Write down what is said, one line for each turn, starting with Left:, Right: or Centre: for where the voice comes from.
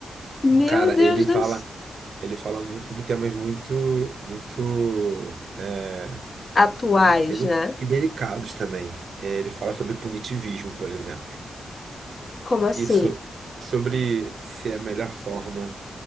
Left: Meu
Right: Cara,
Left: Deus
Right: ele fala,
Left: dos
Right: ele fala muito sobre temas muito, muito é,
Left: atuais,
Right: deli-
Left: né? C-
Right: e delicados também. É, ele fala sobre punitivismo, por exemplo.
Left: Como assim?
Right: Isso sobre se é a melhor forma